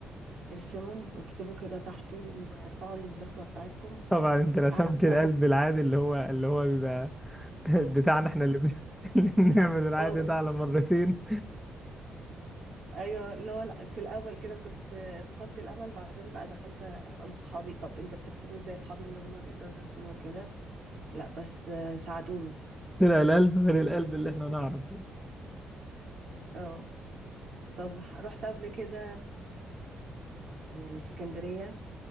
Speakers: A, on the right (about 60°); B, in the centre.
A: ارسمهم واكتبوا كده تحته وارفعوا الرسمه بتاعتكم
B: طبعا انت رسمت
A: قعدت
B: القلب العادي اللي هو اللي هو بيبقى <laughs> بتاعنا احنا اللي, بن... <laughs> اللي بنعمل العادي
A: والله
B: ده على مرتين
A: ايوه اللي هو لا، في الاول كده كنت فقدت الامل بعدين بقى دخلت اسال اصحابي طب انت بترسمي زي اصحابي اللي هم بيقدروا يرسموا كده لا بس ساعدوني
B: طلع القلب غير القلب اللي احنا نعرف
A: اه طب ح- رحت قبل كده يعني اسكندرية